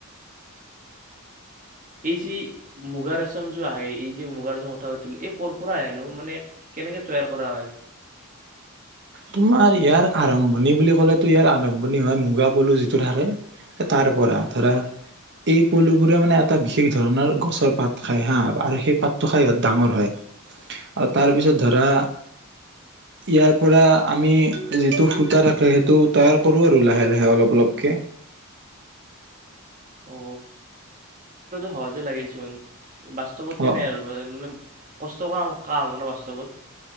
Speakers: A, on the right (about 35°); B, on the right (about 55°).
A: এই যি মুগা ৰেচম যো আহে এই যে মুগা ৰচম কথা পালো এই ক পৰা আহেনো মানে কেনেকে তৈয়াৰ কৰা হয়?
B: তোমাৰ ইয়াৰ আৰম্ভণি বুলি ক'লেতো ইয়াৰ আৰম্ভণি হয় মুগা পলু যিটো থাকে তাৰ পৰা ধৰা এই পলু বোৰে মানে এটা বিশেষ ধৰণৰ গছৰ পাত খায় হা আৰু সেই পাতটো খাই ইহত ডাঙৰ হয় আৰু তাৰ পিছত ধৰা ইয়াৰ পৰা আমি যিটো সূতা থাকে সেইটো তৈয়াৰ কৰো আৰু লাহে-লাহে অলপ-অলপ কে
A: অ হহজে লাগিলছোন! বাস্তৱত কেনে
B: অ
A: আৰু মানে কষ্ট কৰা ক কাম ন বাস্তৱত?